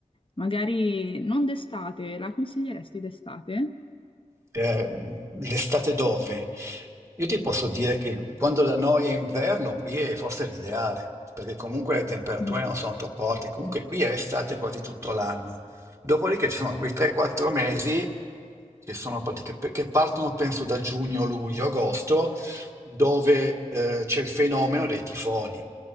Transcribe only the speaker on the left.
Magari non d'estate, la consiglieresti d'estate?
Mhm.